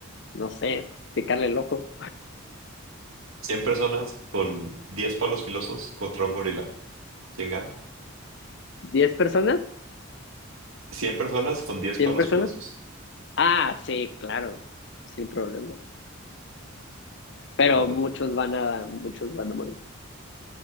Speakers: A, on the left; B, on the right.
A: no sé, picarle el ojo.
B: 100 personas con 10 palos filosos contra un gorila, ¿quién gana?
A: ¿Diez personas?
B: Cien personas con 10
A: ¿Cien
B: palos
A: personas?
B: filosos.
A: Ah, sí, claro, sin problema. Pero
B: Bueno,
A: muchos van a, muchos van a morir.